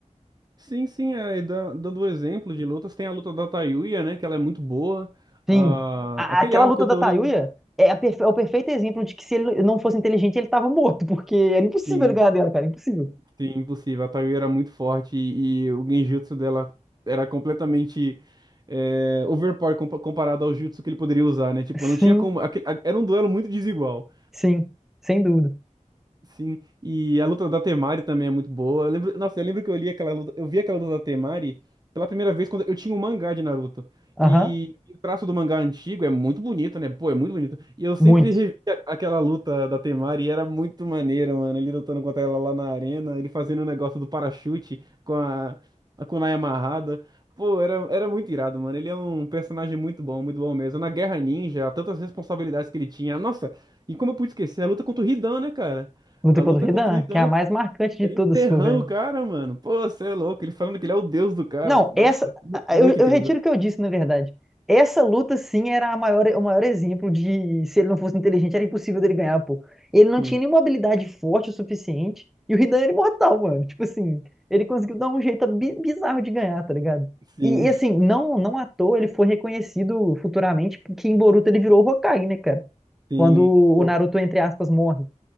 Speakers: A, on the right; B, in the centre.
A: Sim, sim, é, e da- dando o exemplo de lutas, tem a luta da Tayuya, né? Que ela é muito boa. Ah,
B: Sim. A-
A: aquele
B: aquela
A: arco
B: luta
A: todo.
B: da Tayuya é, a perfe- é o perfeito exemplo de que se ele não fosse inteligente, ele tava morto, <laughs> porque era impossível
A: Sim.
B: ele ganhar dela, cara, impossível.
A: Sim, impossível. A Tayu era muito forte e, e o genjutsu dela era completamente é, overpower compa- comparado ao jutsu que ele poderia usar, né? Tipo,
B: Sim,
A: não tinha como. aque- a- Era um duelo muito desigual.
B: sim, sem dúvida.
A: Sim, e a luta da Temari também é muito boa. Eu lembro, nossa, eu lembro que eu li aquela luta, eu vi aquela luta da Temari pela primeira vez quando eu tinha um mangá de Naruto.
B: Aham,
A: E, e o traço do mangá antigo é muito bonito, né? Pô, é muito bonito. E eu sempre
B: muito.
A: revi a- aquela luta da Temari e era muito maneira, mano. Ele lutando contra ela lá na arena, ele fazendo o negócio do parachute com a, a kunai amarrada. Pô, era, era muito irado, mano. Ele é um personagem muito bom, muito bom mesmo. Na Guerra Ninja, tantas responsabilidades que ele tinha. Nossa, e como eu pude esquecer, a luta contra o Hidan, né, cara?
B: Luta
A: A
B: contra
A: luta
B: o
A: contra
B: Hidan,
A: o Hidan.
B: que é a mais marcante de
A: Ele
B: todas,
A: enterrando
B: se for ver, né?
A: o cara, mano. Pô, você é louco. Ele falando que ele é o deus do cara.
B: Não,
A: Nossa,
B: essa.
A: mu-
B: Eu,
A: muito
B: eu
A: incrível.
B: retiro o que eu disse, na verdade. Essa luta, sim, era a maior, o maior exemplo de se ele não fosse inteligente, era impossível dele ganhar, pô. Ele não
A: Sim,
B: tinha nenhuma habilidade forte o suficiente. E o Hidan era imortal, mano. Tipo assim, ele conseguiu dar um jeito bi- bizarro de ganhar, tá ligado?
A: sim,
B: E, e, assim, não, não à toa ele foi reconhecido futuramente porque em Boruto ele virou o Hokage, né, cara?
A: sim.
B: Quando
A: Pô,
B: o Naruto, entre aspas, morre.